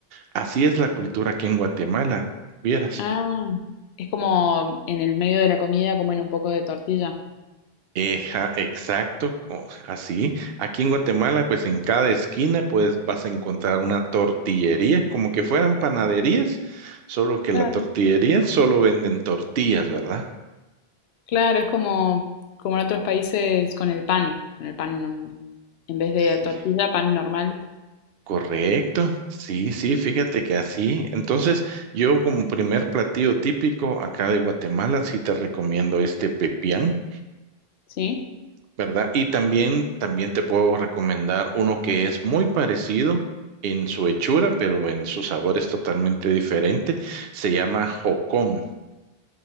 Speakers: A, on the right; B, on the left.
A: Así es la cultura aquí en Guatemala, vieras.
B: Ah, es como en el medio de la comida comen un poco de tortilla.
A: Eja, exacto, co- así. Aquí en Guatemala, pues en cada esquina, pues vas a encontrar una tortillería, como que fueran panaderías, solo que
B: Claro.
A: la tortillería solo venden tortillas, ¿verdad?
B: Claro, es como, como en otros países con el pan, con el pan no- en vez de
A: Sí,
B: tortilla, pan normal,
A: correcto. Sí, sí, fíjate que así. Entonces, yo como primer platillo típico acá de Guatemala, sí te recomiendo este pepián.
B: ¿sí?
A: ¿verdad? Y también, también te puedo recomendar uno que es muy parecido en su hechura, pero en su sabor es totalmente diferente. Se llama jocón.